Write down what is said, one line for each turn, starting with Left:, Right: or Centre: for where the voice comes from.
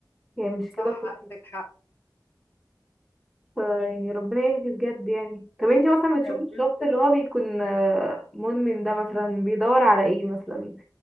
Centre: يعني مش
Left: صح
Centre: كده خالص
Left: عندك حق
Centre: ف- يعني ربنا يهدي بجد يعني طب انتي مثلا بتشوفي
Left: ربنا
Centre: الشخص اللي هو بيكون آه، مدمن ده مثلا بيدور على ايه مثلا